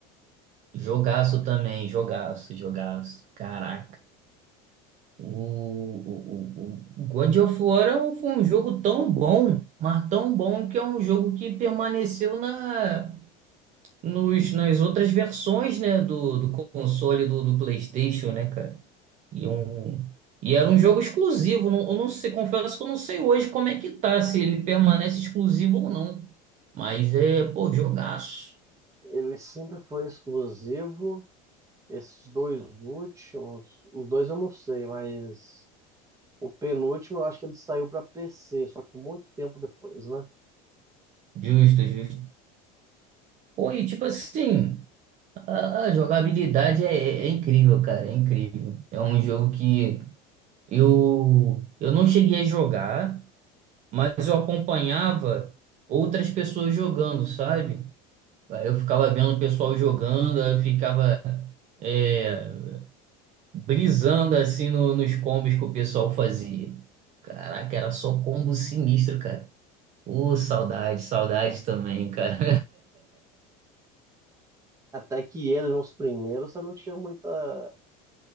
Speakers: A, on the right; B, on the right.
A: Jogaço também, jogaço, jogaço. Caraca. O, o, o, o God of War é um- foi um jogo tão bom, mas tão bom que é um jogo que permaneceu na, nos, nas outras versões, né, do, do console do, do PlayStation, né, cara? E, um, e era um jogo exclusivo. Não, eu não sei, confesso que eu não sei hoje como é que tá, se ele permanece exclusivo ou não. Mas é, pô, jogaço.
B: Ele sempre foi exclusivo. Esses dois últimos, os dois eu não sei, mas o penúltimo eu acho que ele saiu para PC, só que muito tempo depois, né?
A: Justo, justo. Pô, e tipo assim, a, a jogabilidade é, é é incrível, cara, é incrível. É um jogo que eu, eu não cheguei a jogar, mas eu acompanhava outras pessoas jogando, sabe? Aí eu ficava vendo o pessoal jogando, aí eu ficava é, brisando assim no- nos combos que o pessoal fazia. Caraca, era só combo sinistro, cara. Ô, saudade, saudade também, cara.
B: Até que eles, os primeiros, você não tinha muita